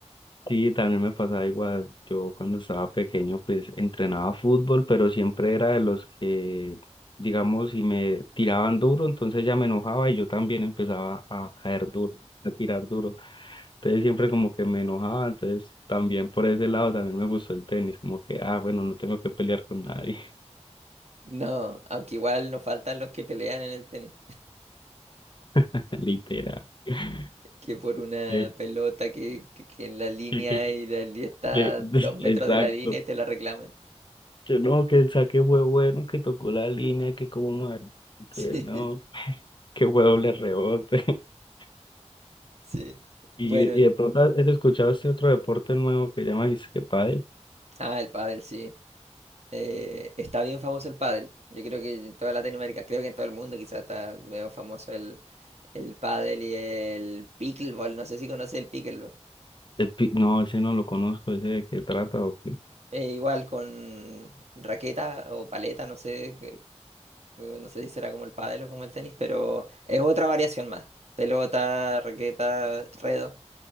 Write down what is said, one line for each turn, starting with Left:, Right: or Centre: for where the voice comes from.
Left: Sí, también me pasaba igual. Yo cuando estaba pequeño, pues entrenaba fútbol, pero siempre era de los que, digamos, si me tiraban duro, entonces ya me enojaba y yo también empezaba a caer duro, a tirar duro. Entonces siempre como que me enojaba, entonces también por ese lado también me gustó el tenis, como que, ah, bueno, no tengo que pelear con nadie,
Right: No, aunque igual nos faltan los que pelean en el tenis,
Left: <laughs> literal. <laughs>
Right: que por una
Left: Eh,
Right: pelota que, que, que en la línea
Left: que- que-
Right: y la línea está
Left: que-
Right: a dos
Left: <laughs>
Right: metros
Left: Exacto.
Right: de la línea y te la reclaman. <laughs>
Left: Yo no, que el saque fue bueno, que tocó la línea, que como mal,
Right: Sí,
Left: que no, <laughs> que huevo le rebote. <laughs>
Right: sí.
Left: Y,
Right: Bueno,
Left: y de pronto has has escuchado este otro deporte nuevo que llama dice que pádel.
Right: ah, el pádel, sí. Eh, está bien famoso el pádel. Yo creo que en toda Latinoamérica, creo que en todo el mundo quizás está medio famoso el, el pádel y el pickleball. No sé si conoces el pickleball.
Left: El pi- No, ese no lo conozco, ese de qué trata o qué.
Right: Eh, igual con raqueta o paleta, no sé, eh, no sé si será como el pádel o como el tenis, pero es otra variación más. Pelota, raqueta, redo.